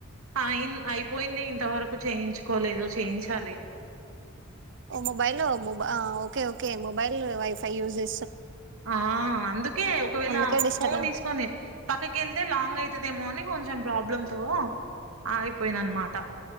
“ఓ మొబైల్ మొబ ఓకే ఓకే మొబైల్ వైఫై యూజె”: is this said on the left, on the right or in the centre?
Right